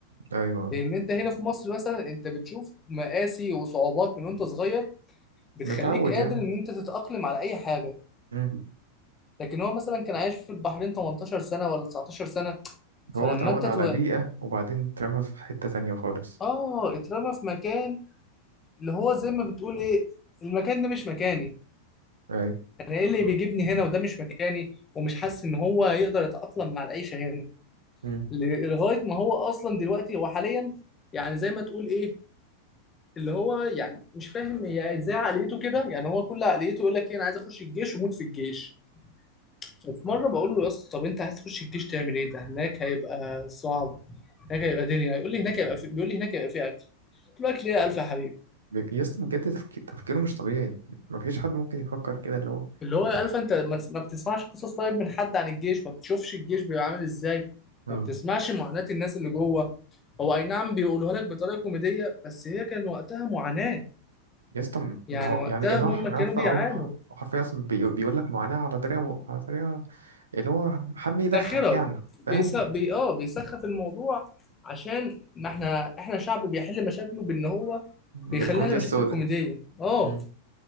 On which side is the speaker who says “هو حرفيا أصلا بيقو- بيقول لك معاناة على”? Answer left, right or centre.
Right